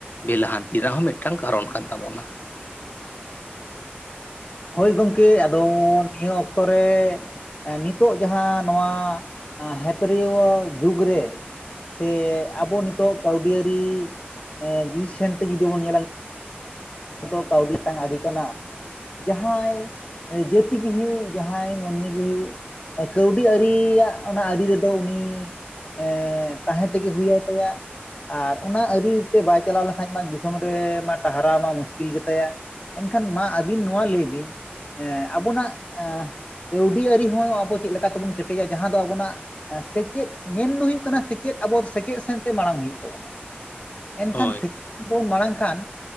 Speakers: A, on the left; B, on the left.
A: ᱵᱮ ᱞᱟᱦᱟᱱᱛᱤ ᱨᱮᱱᱟᱜ ᱦᱚᱸ ᱢᱤᱫᱴᱟᱝ ᱠᱟᱨᱚᱱ ᱠᱟᱱ ᱛᱟᱵᱚᱱᱟ ᱾
B: ᱦᱚᱭ ᱜᱚᱝᱠᱮ ᱟᱫᱚ ᱱᱤᱭᱟᱹ ᱚᱠᱛᱚ ᱨᱮ ᱱᱤᱛᱚᱜ ᱡᱟᱦᱟᱸ ᱱᱚᱣᱟ ᱦᱮᱯᱮᱨᱤᱭᱟᱹᱣ ᱡᱩᱜᱽ ᱨᱮ ᱥᱮ ᱟᱵᱚ ᱱᱤᱛᱚᱜ ᱠᱟᱹᱣᱰᱤᱭᱨᱤ <unintelligible> ᱥᱮᱱᱛᱮ ᱡᱩᱫᱤ ᱵᱚᱱ ᱧᱮᱞᱟ, ᱛᱚ ᱠᱟᱹᱣᱰᱤ <unintelligible> ᱟᱨᱤ ᱠᱟᱱᱟ ᱾ ᱡᱟᱦᱟᱸᱭ ᱡᱟᱹᱛᱤ ᱜᱮ ᱦᱩᱭᱩᱜ, ᱡᱟᱦᱟᱸᱭ ᱢᱟᱹᱱᱢᱤ ᱜᱮ ᱦᱩᱭᱩᱜ ᱾ ᱠᱟᱹᱣᱰᱤ ᱟᱹᱨᱤᱭᱟᱜ ᱚᱱᱟ ᱟᱹᱨᱤ ᱨᱮᱫᱚ ᱩᱱᱤ, ᱮ ᱛᱟᱦᱮᱸ ᱛᱮᱜᱮ ᱦᱩᱭ ᱟᱭ ᱛᱟᱭᱟ ᱾ ᱟᱨ ᱚᱱᱟ ᱟᱹᱨᱤᱛᱮ ᱵᱟᱭ ᱪᱟᱞᱟᱣ ᱞᱮᱱᱠᱷᱟᱱ ᱢᱟ ᱫᱤᱥᱚᱢ ᱨᱮ ᱢᱟ ᱴᱟᱦᱟᱨᱟᱣ ᱢᱟ ᱢᱩᱥ ᱠᱤᱞ ᱜᱮ ᱛᱟᱭᱟ ᱮᱱᱠᱷᱟᱱ ᱢᱟ ᱟᱹᱵᱤᱱ ᱱᱚᱣᱟ ᱞᱟᱹᱭ ᱵᱤᱱ ᱮᱸ ᱟᱵᱚᱱᱟᱜ ᱮᱸ ᱠᱟᱹᱣᱰᱤ ᱟᱹᱨᱤ ᱦᱚᱸ ᱟᱵᱚ ᱪᱮᱫ ᱞᱮᱠᱟ ᱛᱮᱵᱚᱱ ᱠᱮᱴᱮᱡᱟ ᱡᱟᱦᱟᱸ ᱫᱚ ᱟᱵᱚᱱᱟᱜ, ᱥᱮᱪᱮᱫ ᱢᱮᱱ ᱫᱚ ᱦᱩᱭᱩᱜ ᱠᱟᱱᱟ ᱥᱮᱪᱮᱫ ᱟᱵᱚ ᱥᱮᱪᱮᱫ ᱥᱮᱱᱛᱮ ᱢᱟᱲᱟᱝ ᱦᱩᱭᱩᱜ ᱛᱟᱵᱚᱱᱟ ᱾ ᱮᱱᱠᱷᱟᱱ
A: ᱦᱳᱭ
B: ᱥᱮᱪᱮᱫ ᱵᱚᱱ ᱢᱟᱲᱟᱝ ᱠᱷᱟᱱ